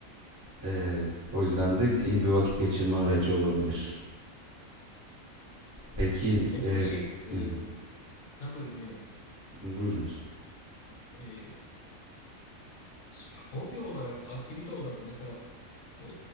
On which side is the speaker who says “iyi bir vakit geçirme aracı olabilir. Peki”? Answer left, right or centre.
Right